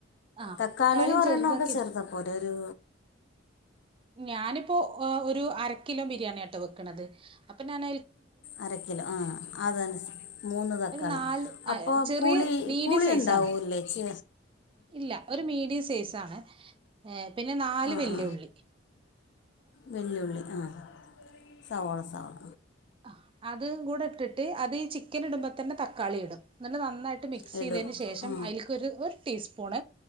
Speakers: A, on the right; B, on the left.
A: ആഹ്
B: തക്കാളിയും ഒരെണ്ണമെ
A: ചെറുതാക്കിട്ട്
B: ഒക്കെ ചേർത്താപ്പോര ഒരു
A: ഞാനിപ്പോ ഒരു അര കിലോ ബിരിയാണിട്ടോ വെക്ക്ണന്നത് അപ്പൊ ഞാന
B: അര കിലോ ആഹ് അതന്ന മൂന്ന് തക്കാളി
A: ഒരു നാല് ആ
B: അപ്പൊ
A: ചെറിയ
B: പുളി
A: മീഡിയം
B: പുളിണ്ടാവൂല്ലേ
A: സൈസാണ്
B: ചീ
A: ഇല്ല ഒരു മീഡിയം സൈസ് ആണ് ഏഹ് പിന്നെ നാല്
B: ആ
A: വെല്ലിയ
B: ആ
A: ഉള്ളി
B: വെല്ലുള്ളി ആഹ് സവാള സവാള
A: ആഹ് അതും കൂടെ ഇട്ടിട്ട് അത് ഈ ചിക്കൻ ഇടുമ്പോ തന്നെ തക്കാളി ഇടും എന്നിട്ട് നന്നായിട്ട് മിക്സ്
B: ആ ഇടും
A: ചെയ്തതിന് ശേഷം
B: ആ
A: ആയിലേക്ക് ഒരു ഒരുടീസ്പൂൺ